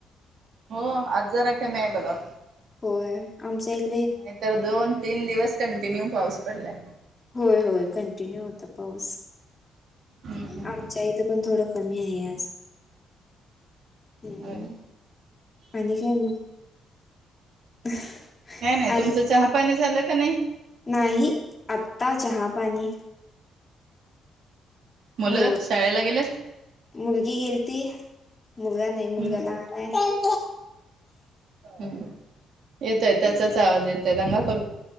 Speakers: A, on the right (about 65°); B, on the left (about 25°).
A: हो आज जरा कमी हाय बघा.
B: होय आमचा एक..
A: नाहीतर दोन तीन दिवस कंटिन्यू पाऊस. पडलाय
B: होय होय कंटिन्यू होता पाऊस.
A: हम्म
B: आमच्या इथं पण थोडं कमी आहे आज. हम्म
A: होय.
B: आणि. <unintelligible>
A: काय नाही
B: आणि
A: तुमचं चहापाणी झालं का नाही?
B: नाही आत्ता चहा पाणी?
A: मुलं
B: हो
A: शाळेला गेलेत
B: मुलगी गेलती. मुलगा नाही मुलगा
A: हम्म
B: लहान आहे.
A: हम् येतोय त्याचाच आवाज येतोय अंगा